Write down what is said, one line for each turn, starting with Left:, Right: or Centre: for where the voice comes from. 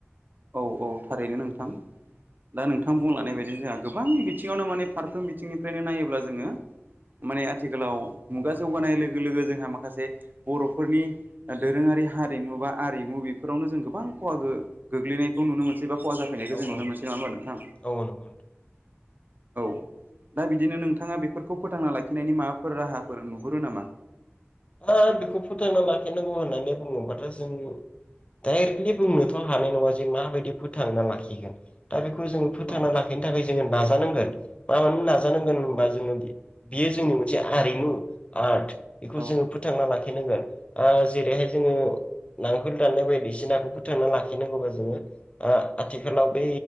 Right: औ औ थारैनो नोंथां
Left: औ
Right: दा नोंथां बुंलांनाय बायदि जोंहा गोबां बिथिङावनो माने फारफ्रोम बिथिंनिफ्रायनो नायोब्ला जोङो माने आथिखालाव मुगा जौगानाय लोगो लोगो जोंहा माखासे बर'फोरनि दोरोङारि हारिमु बा आरिमु बेफोरावनो जों गोबां खहा गो ग्लैनायखौ नुनो मोनसै बा खहा जाफैनायखौ
Left: औ
Right: जों नुनो
Left: औ
Right: मोनसै नङा होमबा नोंथां?
Left: औ नंगौ
Right: औ। दा बिदिनो नोंथाङा बेफोरखौ फोथांना लाखिनायनि माबाफोर राहाफोर नुहुरो नामा?
Left: हा बेखौ फोथांना लाखिनांगौ होननानै बुङोबाथ' जों डाइरेक्टलि बुंनोथ' हानाय नङा जे माबायदि फोथांना लाखिगोन दा बेखौ जोङो फोथांना
Right: औ
Left: लाखिनो थाखाय जोङो नाजानांगोन। मा मानो नाजानांगोन होनबा जोङो बेयो जोंनि मोनसे आरिमु आर्ट। बेखौ
Right: औ
Left: जोङो फोथांना लाखिनांगोन जेरैहाय जोङो नांगोल दाननाय बायदिसिनाखौ फोथांना लाखिनांगौबा जोङो आथिखालाव बे